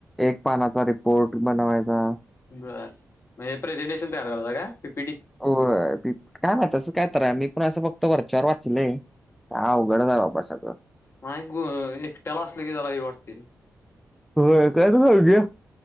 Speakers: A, in the centre; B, on the left.
A: एक पानाचा रिपोर्ट बनवायचा.
B: बरं म्हणजे प्रेझेंटेशन तयार झालता काय पिपीटी.
A: होय <unintelligible> का मा तसं काय तर मी पण असं फक्त वरच्यावर वाचलंय. काय आवघड च हाय बाबा सगळं.
B: म <unintelligible> ग एकट्याला असले की हे वाटते
A: होय काय <unintelligible> गेम.